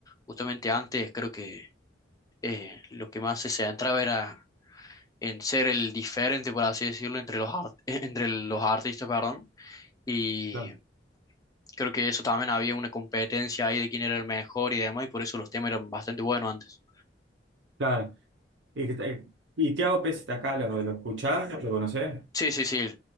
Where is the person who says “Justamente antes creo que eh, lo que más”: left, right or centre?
Left